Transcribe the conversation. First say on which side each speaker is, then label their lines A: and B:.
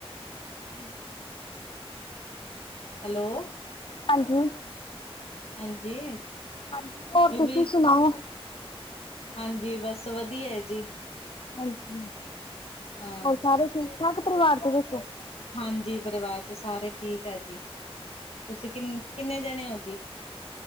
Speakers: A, on the left; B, on the left.
A: <inaudible>
B: ਹੈਲੋ
A: ਹਾਂਜੀ,
B: ਹਾਂਜੀ।
A: ਹਾਂਜੀ ਹੋਰ
B: ਵੀ
A: ਤੁਸੀਂ
B: ਬਈ
A: ਸੁਣਾਓ?
B: ਹਾਂਜੀ, ਬਸ ਵਧੀਆ ਏ ਜੀ।
A: ਹਾਂਜੀ,
B: ਹਾਂ।
A: ਹੋਰ ਸਾਰੇ ਠੀਕ-ਠਾਕ ਪਰਿਵਾਰ ਦੇ ਵਿੱਚ?
B: ਹਾਂਜੀ, ਪਰਿਵਾਰ'ਚ ਸਾਰੇ ਠੀਕ ਐ ਜੀ ਤੁਸੀਂ ਕਿੰਨ, ਕਿੰਨੇ ਜਣੇ ਓ ਜੀ?